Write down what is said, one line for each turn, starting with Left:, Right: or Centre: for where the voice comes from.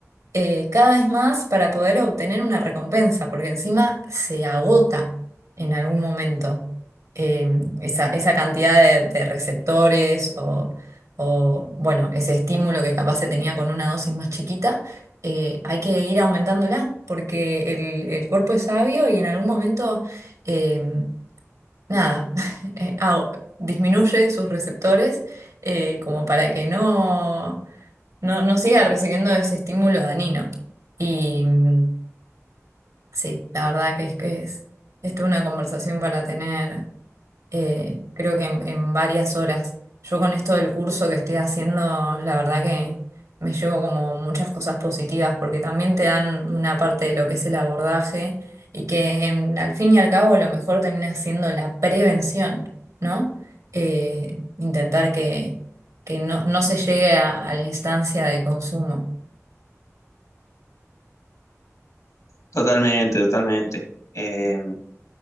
Right: eh, cada vez más para poder obtener una recompensa, porque encima se agota en algún momento eh, esa, esa cantidad de, de receptores o, o, bueno, ese estímulo que capaz se tenía con una dosis más chiquita, eh, hay que ir aumentándola, porque el, el cuerpo es sabio y en algún momento, eh, nada, <laughs> eh, ah, disminuye sus receptores eh, como para que no no, no siga recibiendo ese estímulo dañino. Y mm, sí, la verdad que es que es, esto es una conversación para tener, eh, creo que en, en varias horas. Yo con esto del curso que estoy haciendo, la verdad que me llevo como muchas cosas positivas, porque también te dan una parte de lo que es el abordaje y que en- al fin y al cabo lo mejor termina siendo la prevención, ¿no? Eh, intentar que, que no, no se llegue a a la instancia de consumo.
Left: Totalmente, totalmente. Eh,